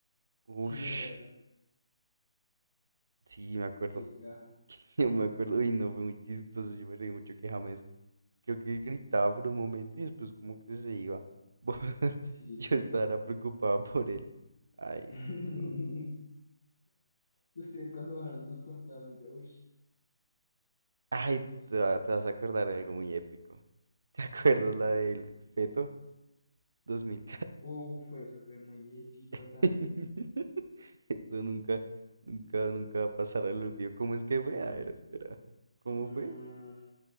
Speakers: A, on the right; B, on the left.
A: Ush.
B: Sí, esa, esa.
A: Sí, me acuerdo.
B: Qué caja.
A: <laughs> Yo me acuerdo. Uy, no, fue muy chistoso. Yo me reí mucho que James. Creo que gritaba por un momento y después como que se iba. <laughs>
B: Sí.
A: Yo estaba preocupado por él. Ay,
B: <laughs>
A: no.
B: Ustedes cuando bajaron nos contaron, yo, uy,
A: Ay,
B: heavy.
A: te, va- te vas a acordar de algo muy épico. ¿Te acuerdas la del feto 2000?
B: Uf, eso fue muy épico
A: <laughs>
B: también.
A: <laughs> Esto nunca, nunca, nunca pasará el olvido. ¿Cómo es que fue? A ver, espera. ¿Cómo
B: Ah,
A: fue?